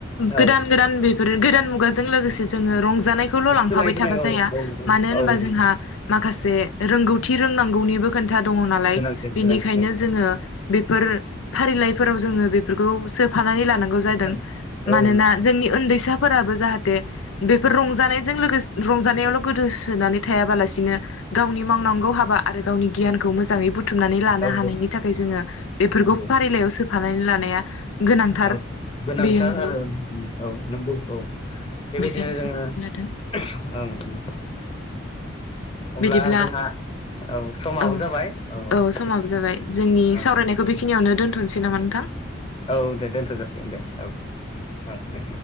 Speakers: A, on the left (about 80°); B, on the left (about 25°).
A: गोदान
B: औ
A: गोदान बेफोर गोदान मुगाजों लोगोसे जोङो रंजानायखौल' लांफाबाय
B: सोलायबोनाय
A: थाबा
B: औ
A: जाया
B: औ
A: मानो होनबा
B: औ नंगौ
A: जोंहा माखासे रोंगौथि रोंनांगौनिबो खोनथा दङ नालाय
B: गोनांथिदों
A: बेनिखायनो
B: गोनांथिदों
A: जोङो
B: औ
A: बेफोर फारिलाय फोराव जोङो बेफ बेफोरखौ सो फानानै लानांगौ जादों
B: नंगौ
A: मानोना जोंनि उन्दैसाफोराबो जाहाथे बेफोर रंजानाय जों लोगोसे रंजानायावल' गोदोसोनानै थायाबालासिनो गावनि मावनांगौ हाबा आरो गावनि गियानखौ मोजाङै बुथुमनानै लानो
B: औ
A: हानायनि थाखाय जोङो बेफोरखौ
B: नंगौ
A: फारिलाइयाव सो फानायनि लानाया गोनांथार
B: औ गोनांथार
A: बेयो नंगौ
B: आरो औ नंगौ औ । बेबायदिनो
A: बेखायनो
B: जोङो
A: सायख'नानै लादों
B: ओं। अब्ला
A: बिदिब्ला
B: जोंहा औ समाबो
A: औ
B: जाबाय
A: औ समाबो
B: दे
A: जाबाय जोंनि
B: औ
A: सावरायनायखौ
B: दे
A: बेखिनियावनो दोनथ'नोसै नामा नोंथां
B: औ दे दोनथ' जासिगोन दे औ औ दे